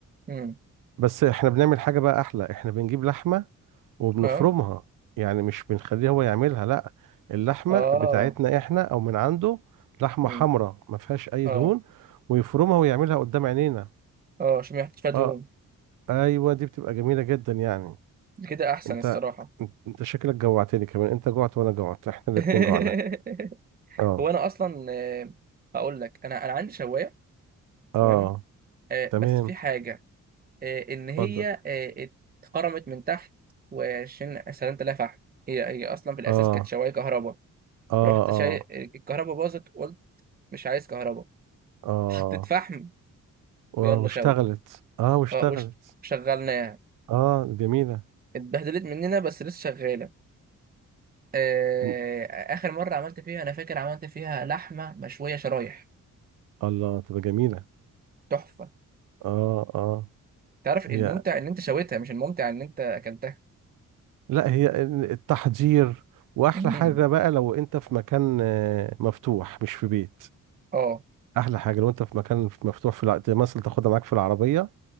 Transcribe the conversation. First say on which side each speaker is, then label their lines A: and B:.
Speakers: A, on the right; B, on the right.
A: مم.
B: بس احنا بنعمل حاجه بقى احلى احنا بنجيب لحمه وبنفرمها
A: اه
B: يعني مش بنخليه هو يعملها لا اللحمه
A: اه
B: بتاعتنا احنا او من عنده لحمه
A: مم.
B: حمراء ما فيهاش اي
A: اه
B: دهون ويفرمها ويعملها قدام عينينا
A: اه عشان ما يحطش فيها دهون
B: اه ايوه دي بتبقى جميله جدا يعني
A: كده احسن
B: انت
A: الصراحه
B: انت شكلك جوعتني كمان انت جوعت وانا جوعت احنا الاتنين
A: <laughs>
B: جوعنا اه
A: هو انا اصلا آه، هقول لك انا انا عندي شوايه
B: اه
A: تمام آه،
B: تمام
A: بس في حاجه آه، ان
B: اتفضل
A: هي آه، اتخرمت من تحت وعشان سلمت لها فحم هي هي اصلا في الاساس
B: اه
A: كانت شوايه كهرباء
B: اه
A: رحت شاي
B: اه
A: الكهرباء باظت قلت مش عايز كهرباء
B: اه
A: حطيت فحم
B: وا-
A: ويلا
B: واشتغلت
A: شوي
B: اه واشتغلت
A: اه وش- وشغلناها
B: اه جميلة
A: اتبهدلت مننا بس لسه شغاله آه،
B: ان-
A: اخر مره عملت فيها انا فاكر عملت فيها لحمه مشويه شرايح
B: الله تبقى جميلة
A: تحفه
B: اه اه
A: تعرف الممتع
B: هي
A: ان انت شويتها مش الممتع ان انت اكلتها
B: لا هي ال- التحضير واحلى
A: <laughs> مم.
B: حاجة بقى لو انت في مكان آه، مفتوح مش في بيت
A: اه
B: احلى حاجة لو انت في مكان مفتوح في الع- مثلا تاخدها معاك في العربية